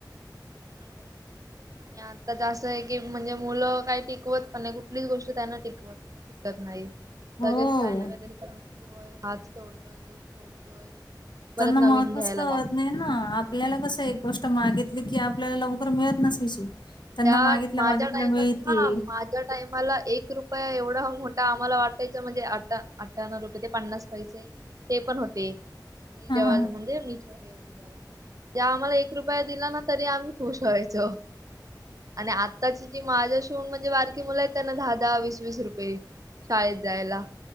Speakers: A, on the right; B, on the left.
A: महाग आहेत. आणि आता तर अस आहे की म्हणजे मुलं काही टिकवत पण नाही कुठलीच गोष्ट त्यांना टिकवत नाही टिकत नाही नाही
B: हो
A: लगेच काय ना काहीतरी तोडतोय, हाच तोडतोय, तोच तोडतोय परत
B: त्यांना
A: नवीन
B: महत्वच
A: घ्यायला
B: कळत
A: लागते.
B: नाही ना आपल्याला कस एक गोष्ट मागीत ली की आपल्याला लवकर मिळत नसायची त्यांना
A: त्या
B: मागितल्या
A: माझ्या
B: मागितल्या
A: टाइमात
B: मिळते
A: तर ना, माझ्या टाइमाला एक रुपया एवढा मो ठा आम्हाला वाटायचं म्हणजे आठा आठाना रुपये ते पन्नास पैसे ते पण होते मी ज्यावेळेला
B: हा हा
A: म्हणजे मी जेव्हा हे होते तेव्हा म्हणजे आम्हाला एक रुपया दिला ना तरी आम्ही खुश व्हायचो आणि आत्ताची जी माझ्या शी होवून म्हणजे बारकी मुलं आहेत त्यांना दहा दहा वीस वीस रुपये शाळेत जायला.